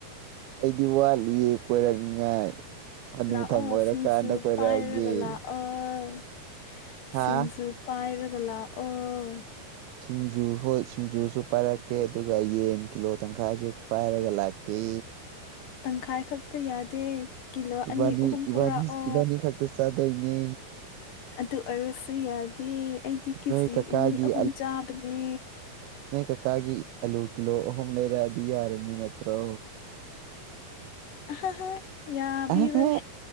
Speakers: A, on the right; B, on the left.
A: ꯑꯩꯗꯤ ꯋꯥꯠꯂꯤꯌꯦ ꯀꯣꯏꯔꯛꯅꯤꯉꯥꯏ ꯍꯅꯨꯊꯪ
B: ꯂꯥꯛꯑꯣ
A: ꯑꯣꯏꯔꯀꯥꯟꯗ
B: ꯁꯤꯡꯖꯨ
A: ꯀꯣꯏꯔꯛꯑꯒꯦ
B: ꯄꯥꯏꯔꯒ ꯂꯥꯛꯑꯣ
A: ꯍꯥ
B: ꯁꯤꯡꯖꯨ ꯄꯥꯏꯔꯒ ꯂꯛ ꯑꯣ
A: ꯁꯤꯡꯖꯨ ꯍꯣꯏ ꯁꯤꯡꯖꯨꯁꯨ ꯄꯥꯏꯔꯛꯀꯦ ꯑꯗꯨꯒ ꯌꯦꯟ ꯀꯤꯂꯣ ꯇꯪꯈꯥꯏꯁꯨ ꯄꯥꯏꯔꯒ ꯂꯀꯤ
B: ꯇꯪꯈꯥꯏ ꯈꯛꯇ ꯌꯥꯗꯦ ꯀꯤꯂꯣ
A: ꯏꯕꯥꯅꯤ
B: ꯑꯅꯤ ꯑꯍꯨꯝ
A: ꯏꯕꯥꯅꯤ
B: ꯄꯨꯔꯛꯑꯣ
A: ꯏꯕꯥꯅꯤ ꯈꯥꯛꯇ ꯆꯥꯗꯣꯏꯅꯦ
B: ꯑꯗꯨ ꯑꯣꯏꯔꯁꯨ ꯌꯥꯗꯦ ꯑꯩꯗꯤ ꯀꯦꯖꯤ
A: ꯅꯣꯏ ꯀꯀꯥꯒꯤ
B: ꯏꯅꯤ ꯑꯍꯨꯝ ꯆꯥꯕꯅꯦ
A: ꯅꯪ ꯀꯀꯥꯒꯤ ꯑꯂꯨ ꯀꯤꯂꯣ ꯑꯍꯨꯝ ꯂꯩꯔꯛꯑꯗꯤ ꯌꯥꯔꯕ ꯅꯠꯇ꯭ꯔꯣ
B: ꯑꯍꯥꯍꯥ ꯌꯥꯕꯤꯔꯣꯏ
A: ꯑꯍꯥꯍꯥ